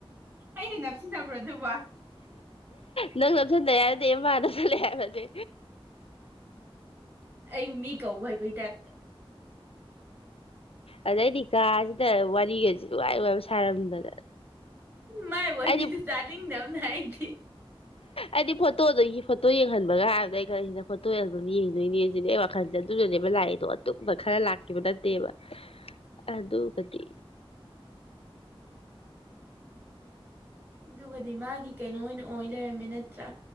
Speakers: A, on the right (about 25°); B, on the left (about 75°).
A: ꯑꯩꯩꯅ ꯅꯞꯁꯤꯟꯅꯕ꯭ꯔꯣ ꯑꯗꯨꯕ
B: ꯅꯪ ꯂꯧꯣꯞꯁꯤꯟꯗꯦ ꯍꯥꯏꯔꯗꯤꯦ ꯏꯃꯥꯅꯁꯤꯜꯂꯦ ꯍꯥꯏꯕꯁꯦ
A: ꯑꯩꯕꯨ ꯃꯤ ꯀꯧ ꯍꯥꯏꯕꯩ ꯇꯥꯏꯞꯇ
B: ꯑ ꯑꯗꯩꯗꯤ ꯀꯥꯁꯤꯗ ꯋꯥꯔꯤꯒꯁꯤ ꯅꯨꯡ ꯋꯥꯥꯏ ꯋꯥꯥꯏꯕ ꯁꯥꯔꯝꯗꯗꯅ
A: ꯃꯥꯏ ꯋꯥꯔꯤꯗꯨ
B: ꯑꯩꯗꯤ
A: ꯇꯥꯅꯤꯡꯗꯕꯅ ꯑꯩꯗꯤ
B: ꯑꯩꯗꯤ ꯐꯣꯇꯣꯗ ꯐꯣꯇꯣ ꯐꯣꯇꯣ ꯌꯦꯡꯍꯟꯕꯒ ꯍꯥꯏꯕꯗ ꯑꯩ ꯈꯔꯁꯤꯅ ꯐꯣꯇꯣ ꯑꯗꯨꯝ ꯌꯦꯡꯗꯣꯏꯅꯦ ꯁꯤꯅꯦ ꯑꯩ ꯋꯥꯈꯜꯁꯦ ꯑꯗꯨꯁꯨꯅꯦꯕ ꯂꯥꯛꯏꯗꯣ ꯑꯗꯨꯇꯛꯄ ꯈꯔ ꯂꯥꯛꯈꯤꯕ ꯅꯠꯇꯦꯕ ꯑꯗꯨꯒꯗꯤ
A: ꯑꯗꯨꯒꯗꯤ ꯃꯥꯒꯤ ꯀꯩꯅꯣ ꯑꯣꯏꯅ ꯑꯣꯏ ꯂꯩꯔꯝꯃꯦ ꯅꯠꯇ꯭ꯔꯥ